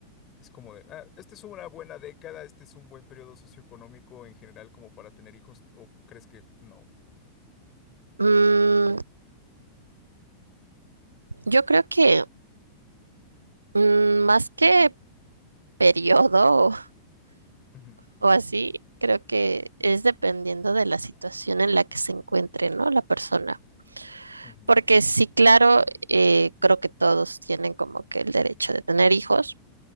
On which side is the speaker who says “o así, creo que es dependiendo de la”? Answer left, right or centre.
Right